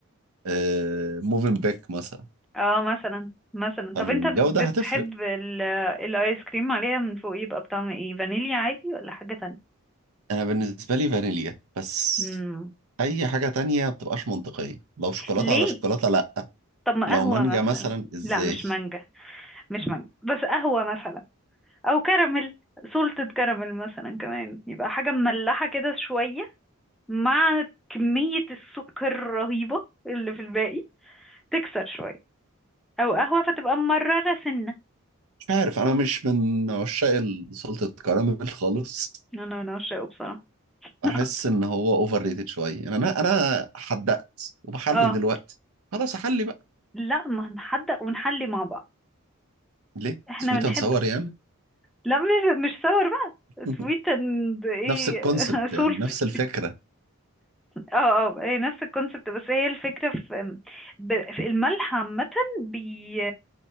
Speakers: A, on the right; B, in the centre.
A: آه، موفنبيك مثلا
B: اه مثلا مثلا
A: فالجودة
B: طب انت بتحب
A: هتفرق
B: ال- الايس كريم عليها من فوق يبقى بطعم ايه فانيليا عادي ولا حاجة تانية
A: انا بالنسبه لي فانيليا بس
B: مم.
A: اي حاجه تانية بتبقاش منطقيه لو شوكولاته
B: ليه
A: على شوكولاته لا
B: طب ما
A: لو
B: قهوة
A: مانجا
B: مثلا
A: مثلا ازاي
B: لا مش مانجا مش مانجا بس قهوة مثلا او كراميل سولتد كراميل مثلا كمان يبقى حاجة مملحة كده شوية مع كمية السكر الرهيبة اللي في الباقي تكسر شوية او قهوة فتبقى مررة سنة
A: مش عارف انا مش من عشاق ال- سلطه الكراميل خالص
B: انا انا بعشقه بصراحة <laughs>
A: بحس ان هو اوفر ريتد شويه يعني انا انا حدقت وبحلي
B: اه
A: دلوقتي خلاص احلي بقى
B: لا ما هنحدق ونحلي مع بعض
A: ليه
B: احنا
A: سويت
B: بنحب
A: اند ساور يعني
B: لا مش مش صور بقى
A: <laughs>
B: سويت اند ايه
A: نفس الكونسبت
B: <laughs>
A: يعني
B: سولتي
A: نفس الفكره
B: اه اه هي نفس الكونسبت بس هي الفكرة في, ب- في الملح عامة بي